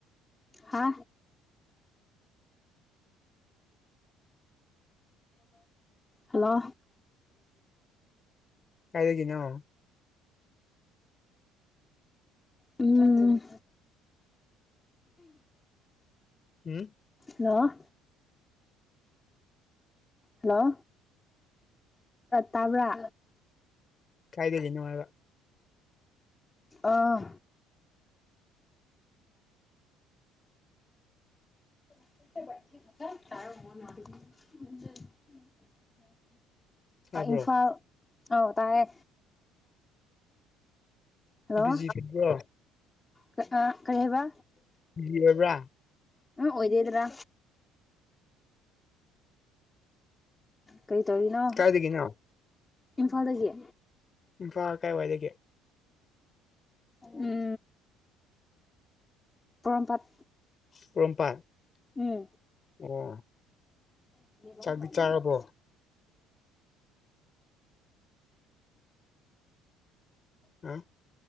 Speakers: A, on the left; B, on the left.
A: ꯍꯥ ꯍꯜꯂꯣ
B: ꯀꯥꯏ ꯂꯩꫪꯤꯅꯣ
A: ꯎꯝ
B: ꯎꯝ
A: ꯍꯜꯂꯣ ꯍꯜꯂꯣ ꯇꯥꯕ꯭ꯔꯥ
B: ꯀꯥꯏꯂꯩꯔꯤꯅꯣ ꯍꯥꯏꯕ
A: ꯑꯥ <inaudible>
B: ꯇꯥꯕ꯭ꯔꯣ
A: ꯑꯥ ꯏꯝꯐꯥꯜ ꯑꯥꯎ ꯇꯥꯌꯦ ꯍꯜꯂꯣ
B: ꯕꯤꯖꯤ ꯕ꯭ꯔꯣ
A: ꯀꯥ ꯑꯥ ꯀꯩ ꯍꯥꯏꯕ
B: ꯕꯤ ꯑꯣꯏꯕ꯭ꯔꯥ
A: ꯑꯥ ꯑꯣꯏꯗꯦꯗ꯭ꯔꯥ ꯀꯩ ꯇꯧꯔꯤꯅꯣ
B: ꯀꯥꯏꯗꯒꯤꯅꯣ
A: ꯏꯝꯐꯥꯜꯗꯒꯤ
B: ꯏꯝꯐꯥꯜ ꯀꯥꯏ ꯋꯥꯏꯗꯒꯤ
A: ꯎꯝ ꯄꯣꯔꯣꯝꯄꯥꯠ
B: ꯄꯣꯔꯣꯝꯄꯥꯠ
A: ꯎꯝ
B: ꯑꯣ
A: <inaudible>
B: ꯆꯥꯛꯇꯤ ꯆꯥꯔꯕꯣ ꯍꯥ